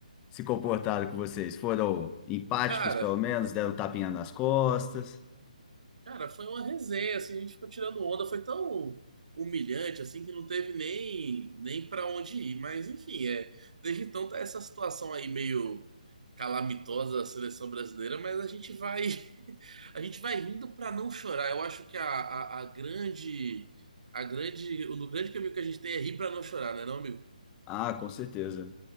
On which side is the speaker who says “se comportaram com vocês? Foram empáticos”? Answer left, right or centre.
Left